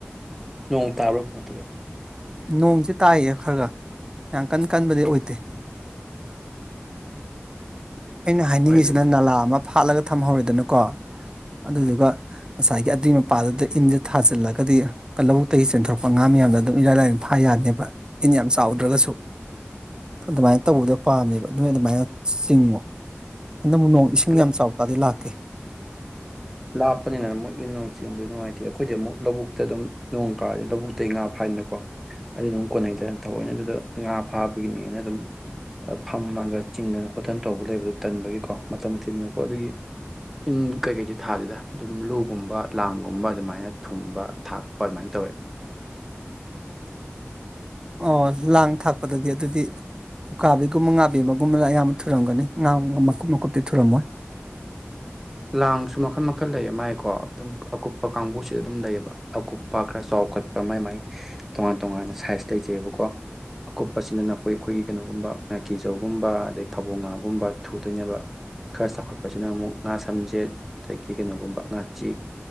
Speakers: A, in the centre; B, on the right.
A: ꯅꯣꯡ ꯇꯥꯕ꯭ꯔꯣ ꯀꯃꯥꯢ ꯇꯧꯒꯦ
B: ꯅꯣꯡꯖꯦ ꯇꯥꯏꯌꯦ ꯈꯔꯒ ꯌꯥꯝ ꯀꯟ ꯀꯟꯕꯗꯤ ꯑꯣꯏꯗꯦ ꯑꯩꯅ ꯍꯥꯏꯅꯤꯡꯉꯤꯖꯤꯅ
A: ꯍꯣꯏ ꯑꯗꯨꯅꯤ
B: ꯅꯂꯥ ꯑꯃ ꯐꯥꯠꯂꯒ ꯊꯝꯍꯧꯔꯦꯗꯅꯀꯣ ꯑꯗꯨꯗꯨꯒ ꯉꯁꯥꯏꯒꯤ ꯑꯗꯨꯏ ꯃꯄꯥꯗꯨꯗ ꯏꯟꯖꯦ ꯊꯥꯖꯤꯜꯂꯒꯗꯤ ꯀꯂꯧꯇꯒꯤ ꯆꯦꯟꯊꯣꯔꯛꯄ ꯉꯥ ꯃꯌꯥꯝꯗꯣ ꯗꯨꯝ ꯏꯔꯥꯏ ꯂꯥꯏꯅ ꯐꯥ ꯌꯥꯅꯦꯕ ꯏꯟ ꯌꯥꯝ ꯆꯥꯎꯗ꯭ꯔꯒꯁꯨ ꯑꯗꯨꯃꯥꯏ ꯇꯧꯕꯗꯣ ꯄꯥꯝꯃꯦꯕ ꯅꯣꯏ ꯑꯗꯨꯃꯥꯏꯅ ꯆꯤꯡꯉꯣ ꯍꯟꯗꯃꯨꯛ ꯅꯣꯡ ꯏꯁꯤꯡ
A: ꯑꯁ ꯂꯥꯞ
B: ꯌꯥꯝ ꯆꯥꯎ ꯇꯥꯗꯤ ꯂꯥꯛꯀꯦ
A: ꯂꯥꯞꯄꯅꯤꯅ ꯃꯣꯏꯒꯤ ꯅꯣꯡ ꯆꯦꯟꯕ ꯅꯨꯡꯉꯥꯏꯇꯦ ꯑꯈꯣꯏꯗꯤ ꯑꯃꯨꯛ ꯂꯧꯕꯨꯛꯇ ꯗꯨꯝ ꯅꯣꯡ ꯇꯥꯔꯗꯤ ꯂꯧꯕꯨꯛꯇꯩ ꯉꯥ ꯐꯥꯏꯅꯀꯣ ꯑꯗꯨꯅꯃꯨꯛ ꯀꯣꯟꯅꯩꯗ ꯊꯑꯣꯏꯅ ꯑꯗꯨꯗ ꯉꯥ ꯐꯥꯕꯒꯤꯅꯦꯅ ꯑꯗꯨꯝ ꯑ ꯐꯝꯃꯒ ꯆꯤꯡꯗꯅ ꯈꯣꯠꯇꯅ ꯇꯧꯕ ꯂꯩꯕꯗꯣ ꯇꯟꯕꯒꯤꯀꯣ ꯃꯇꯝꯅ ꯊꯤꯟꯗꯅꯀꯣ ꯑꯗꯨꯒꯤ ꯏꯟ ꯀꯩ ꯀꯩꯗꯤ ꯊꯥꯗꯦꯗ ꯗꯨꯝ ꯂꯨꯒꯨꯝꯕ ꯂꯥꯡꯒꯨꯝꯕ ꯑꯗꯨꯃꯥꯏꯅ ꯊꯨꯝꯕ ꯊꯥꯛꯄ ꯑꯗꯨꯃꯥꯏꯅ ꯇꯧꯋꯦ
B: ꯑꯣ ꯂꯥꯡ ꯊꯥꯛꯄꯗꯗꯤ ꯑꯗꯨꯗꯤ ꯎꯀꯥꯕꯤꯒꯨꯝꯕ ꯉꯥꯕꯦꯝꯃꯒꯨꯝꯕꯅ ꯑꯌꯥꯝꯕ ꯊꯨꯔꯝꯒꯅꯤ ꯉꯥ ꯃꯀꯨꯞ ꯃꯀꯨꯞꯇꯤ ꯊꯨꯔꯝꯃꯣꯏ
A: ꯂꯥꯡꯁꯨ ꯃꯈꯟ ꯃꯈꯟ ꯂꯩꯌꯦ ꯃꯥꯏꯀꯣ ꯑꯗꯨꯝ ꯑꯀꯨꯞꯄ ꯀꯥꯡꯕꯨꯁꯤ ꯑꯗꯨꯝ ꯂꯩꯌꯦꯕ ꯑꯀꯨꯞ ꯄ ꯈꯔ ꯆꯥꯎꯈꯠꯄ ꯃꯥꯏ ꯃꯥꯏ ꯇꯣꯉꯥꯟ ꯇꯣꯉꯥꯟꯅ ꯁꯥꯏꯖ ꯂꯩꯖꯩꯕꯀꯣ ꯀꯨꯞꯄꯁꯤꯅ ꯅꯈꯣꯏ ꯈꯣꯏꯒꯤ ꯀꯩꯅꯣꯒꯨꯝꯕ ꯉꯥꯀꯤꯖꯧꯒꯨꯝꯕ ꯑꯗꯩ ꯐꯥꯕꯣ ꯉꯥꯒꯨꯝꯕ ꯊꯨꯗꯣꯏꯅꯦꯕ ꯈꯔ ꯆꯥꯎꯈꯠꯄꯁꯤꯅ ꯑꯃꯨꯛ ꯉꯥ ꯁꯝꯖꯦꯠ ꯑꯗꯒꯤ ꯀꯩꯅꯣꯒꯨꯝꯕ ꯉꯥꯆꯤꯛ